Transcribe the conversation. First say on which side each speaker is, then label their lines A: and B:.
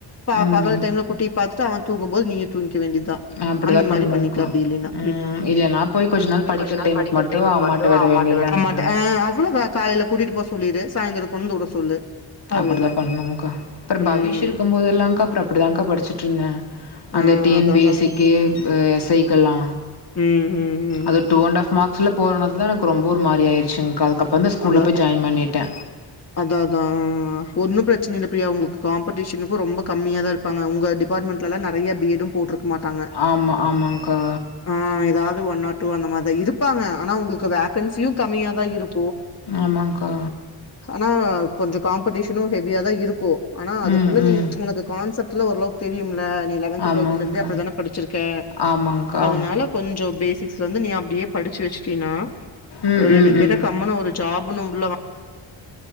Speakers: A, on the left (about 30°); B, on the left (about 55°).
A: ப
B: ம்
A: பகல் டைம்ல குட்டிய பாத் அவன் தூங்கு போது நீயு தூங்கி வேண்டிதா
B: அப்டிதா
A: அந்த மாறி
B: பண்ணுங்க்கா
A: பண்ணிக்க அப்டி இல்லேனா
B: ம் இல்லன்னா போய் படிக்கிற
A: கொஞ்ச நாள்
B: டைமுக்கு
A: படிக்கற்
B: மட்டு
A: தேவ
B: அம்மாட்ட
A: மட்டூ
B: விட
A: அம்மாட்ட
B: வேண்டியதாங்க்கா
A: அம்மாட்ட ஆ அவ்ளோதா காலைல கூட்டிட்டு போ சொல்லிரு சாயந்ரோக் கொண்ந்து உட சொல்லு அவ்ளோதா
B: அப்டிதான் பண்ணூ கா அப்றோ
A: ம்
B: பவிஷ் இருக்கும்போதல்லாம்க்கா அப்றோ அப்டிதான்கா படிச்ட்டு ருந்தே
A: ஆ
B: அந்த டி
A: அதா
B: என் பி
A: அதா
B: எஸ் ஸி க்கி ஏஸ் சேய்க் எல்லா
A: ம் ம் ம்
B: அது டூ அண்டாஃப் மாக்ஸ் ஸ்ல போறனாதா எனக்கு ரொம்ப ஒர் மாறி ஆய்ருச்சுங்க் கா வந்து ஸ்கூல்ல
A: அதா
B: போய் ஜாய்ன் பண்ணிட்டே
A: அதா அதா ஒன்னும் பிரச்சன இல்ல ப்ரியா உங்ளுக்கு காம்படிஷனுக்கு ரொம்ப கம்மியா தா இருப்பாங்க உங்க டிபார்ட்மெண்ட்லலாம் நெறய பீடும் போட்ருக் மாட்டாங்க
B: ஆமா ஆமாங்க்கா
A: ஆ எதாது ஒன் ஆர் டூ அந்த மாற் தா இருப்பாங்க ஆனா உங்ளுக் வேக்கன்சியும் கம்மியா தா இருக்கு
B: ஆமாங்க்கா
A: நா கொஞ்ச காம்படிஷனு ஹெவ் வியா தா இருக்கூ ஆனா அதுக்குள்ள
B: ம் ம்
A: நீ உனக்கு கான்சப்ட் ல ஓர்ளவுக் தெரியும்ல நீ லெவன்த்
B: ஆமாங்க்கா
A: டுவொல்துலர்ந்தே அப்டித்தான படுச்சிருக்க
B: ஆமாங்க்கா
A: அதனால கொஞ்சோ பேஸ் சிக்ஸ்ல வந்து நீ அப்டியே படிச் வெக்ஷ்ட்டினா
B: ம்
A: ஒ
B: ம்
A: எனய
B: ம்
A: கேட்ட கம்முனு ஒரு ஜாபுனு உள்ள வா